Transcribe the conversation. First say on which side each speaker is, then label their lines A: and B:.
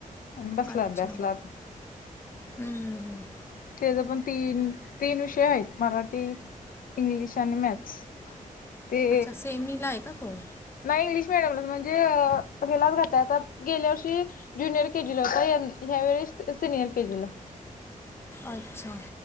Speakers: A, on the left (about 75°); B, on the left (about 15°).
A: आणि बसला
B: अच्छा
A: अभ्यासला आता.
B: अं हं हं.
A: तेजंपण तीन तीन विषय हायत. मराठी इंग्लिश आणि मॅथ्स ते
B: अच्छा सेमीला आहे का तो
A: नाही इंग्लिश मिडीयमलाच म्हणजे ह्यालाच घातलाय. आता गेल्या वर्षी जूनियर केजीला होता, हं ह्या वेळी सिनियर केजीला आहे.
B: अच्छा.